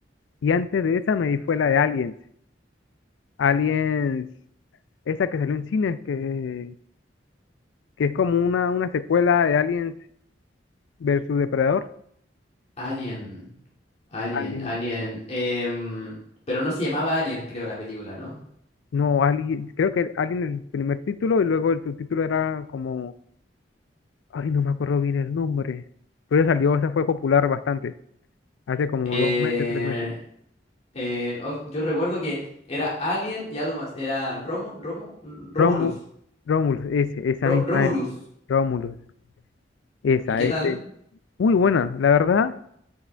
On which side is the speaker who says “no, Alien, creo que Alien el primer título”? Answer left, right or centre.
Left